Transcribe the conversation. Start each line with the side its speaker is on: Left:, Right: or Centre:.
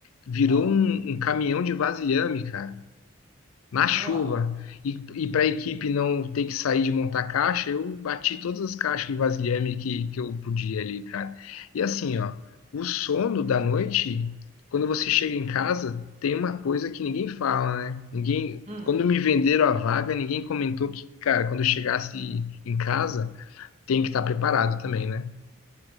Left: virou
Right: Ah,
Left: um, um caminhão de vasilhame, cara na
Right: nossa.
Left: chuva. E, e para a equipe não ter que sair de montar caixa, eu bati todas as caixas de vasilhame que, que eu podia ali, cara. E assim, ó, o sono da noite, quando você chega em casa, tem uma coisa que ninguém fala, né? Ninguém.
Right: Hum,
Left: Quando me venderam a vaga, ninguém comentou que, cara, quando eu chegasse em casa, tem que estar preparado também, né?